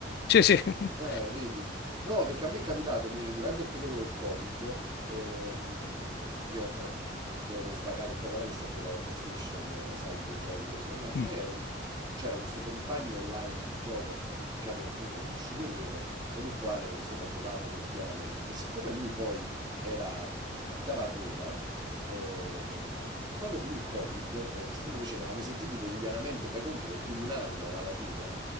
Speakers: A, on the left; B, on the right.
A: Sì, sì. <laughs>
B: Eh, vedi? No, perché a me è capitato, mi- durante il periodo del Covid, ehm, io eh, dovevo svagare un po' con la testa, giocavo a PlayStation, eh, sai, videogiochi così online,
A: Mm.
B: e eh, c'era questo compagno online di gioco che avevo appunto conosciuto in rete, con il quale insomma giocavamo quotidianamente. Siccome lui poi era, mh, abitava a Roma, eh, quando finì il Covid, eh, siccome noi ci eravamo sentiti quotidianamente, fai conto, per più di un anno alla fine,